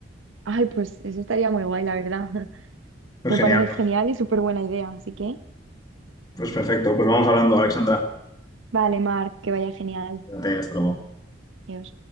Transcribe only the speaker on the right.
ay, pues eso estaría muy guay, la verdad. <laughs>
Me
parece
genial y súper buena idea, así que
Vale, Mar, que vaya genial.
Adiós.